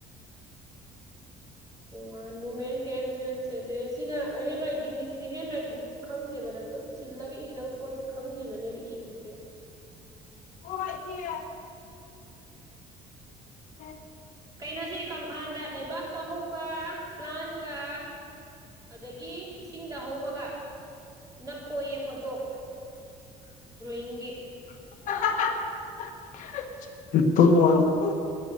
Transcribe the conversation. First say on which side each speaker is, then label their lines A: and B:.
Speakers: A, on the right; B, on the left.
A: ꯃꯥꯟ ꯃꯨꯃ‌ꯦꯟ ꯀ‌ꯦꯟ ꯆ‌ꯦꯟ ꯑꯗ‌ꯦꯁ꯫ <unintelligible> ꯁꯤꯅ ꯍꯦꯟ ꯔꯥꯏꯇꯤꯡꯅꯤ ꯁꯤꯗꯤ ꯍꯦꯟ ꯔꯥꯏꯇꯤꯡꯁꯤꯁꯨ ꯈꯪꯗꯦꯕ ꯅꯪ ꯑꯗꯨꯝ ꯁꯤꯜꯂꯒ ꯏꯒꯗꯕ ꯄꯣꯠꯁꯦ꯫ ꯈꯪꯗꯦꯅꯅꯦꯕ ꯏꯗ꯭ꯔꯤꯁꯦ꯫
B: ꯑꯣꯏ ꯊꯤꯌ‌ꯦ꯫ <unintelligible>
A: ꯀꯩꯅꯣꯁꯦ ꯀꯪꯐꯥꯥꯟꯗ ꯂꯩꯕꯥꯛꯇ ꯍꯧꯕ ꯄ꯭ꯂꯥꯟꯒ꯫ ꯑꯗꯒꯤ ꯏꯁꯤꯡꯗ ꯍꯧꯕꯒ ꯅꯞꯄꫭꯌꯦ ꯐꯣꯠꯇꯣ꯫ ꯗ꯭ꯔꯣꯌꯤꯡꯒꯤ꯫
B: <unintelligible> ꯫ <unintelligible>